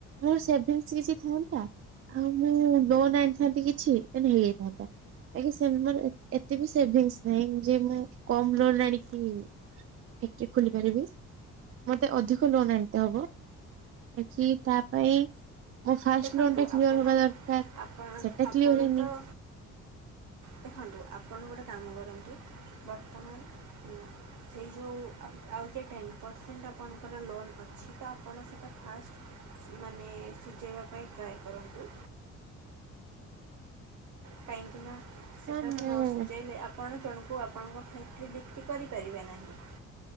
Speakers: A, on the right; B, on the right.
A: ମୋର ସେଭିଙ୍ଗସ୍ କିଛି ଥାଅନ୍ତା ଆଉ ମୁଁ ଲୋନ୍ ଆଣିଥାନ୍ତି କିଛି, ତାହେଲେ ହେଇଯାଇଥାନ୍ତା। ଆ <unintelligible> ଏତେ ବି ସେଭିଙ୍ଗସ୍ ନାହିଁ। ଯେ ମୁଁ କମ୍ ଲୋନ ଆଣିକି, ଫେକ୍ଟ୍ରି ଖୋଲି ପାରିବି। ମୋତେ ଅଧିକ ଲୋନ୍ ଆଣିିତେ ହବ, ଏ କିି ତା ପାଇଁ ମୋ ଫାଷ୍ଟ
B: ଦେଖନ୍ତୁ
A: ଲୋନ୍ ଟା କ୍ଲିୟର୍
B: ଆପଣ
A: ହବା ଦରକାର।
B: ଆପଣ
A: ସେଟା
B: ଆପଣ
A: କ୍ଲିୟର୍ ହେଇନି।
B: ତ ଦେଖନ୍ତୁ ଆପଣ ଗୋଟେ କାମ କରନ୍ତୁ, ବର୍ତ୍ତମାନ ସେଇ ଯୋଉ ଆଉ ଗୋଟେ ଟେନ୍ ପରସେଣ୍ଟ ଆପଣଙ୍କର ଲୋନ୍ ଅଛି ସେଟା ଆପଣ ସେଇଟା ଫାଷ୍ଟ, ମାନେ ଶୁଜେଇବା ପାଇଁ ଟ୍ରାଏ କରନ୍ତୁ। କାହିଁକି ନା, ସେଠାକୁ
A: ହଁ ମୁଁ
B: ନ ସୁଝେଇଲେ ଆପ୍ ଆପଣ ଜଣଙ୍କୁ ଆପଣଙ୍କ ଫ୍ୟାକ୍ଟ୍ରି ବିକ୍ରି କରିପାରିବେ ନାହିଁ।